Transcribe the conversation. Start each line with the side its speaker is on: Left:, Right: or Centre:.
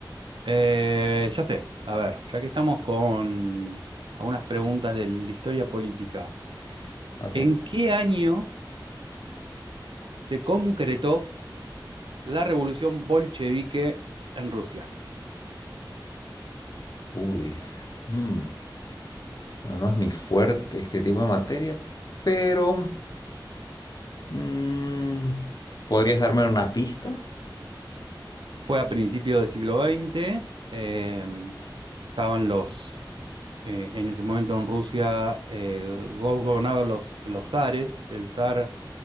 Right: eh, ya sé, a ver, ya que estamos con algunas preguntas de la historia política,
Left: Ok.
Right: ¿en qué año se concretó la revolución bolchevique en Rusia?
Left: Uy. mm, bueno, no es mi fuerte este tipo de materia, pero... mm, ¿podrías darme una pista?
Right: Fue a principios del siglo XX. em, estaban los, eh, en ese momento en Rusia eh, go- gobernaban los, los zares. El zar